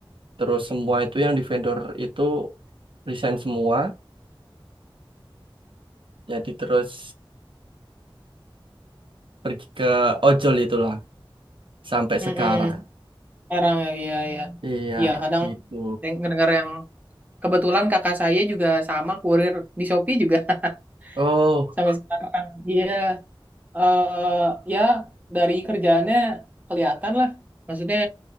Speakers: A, on the right; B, on the right.
A: terus semua itu yang di vendor itu resign semua jadi terus pergi ke ojol itulah sampai
B: Mm-mm.
A: sekarang.
B: Sekarang ya, iya, iya.
A: Iya,
B: Iya, kadang
A: gitu.
B: deng- ngedengar yang kebetulan kakak saya juga sama kurir di Shopee juga
A: Oh,
B: <laughs> sampai sekarang. Iya, eh ya dari kerjaannya kelihatan lah. Maksudnya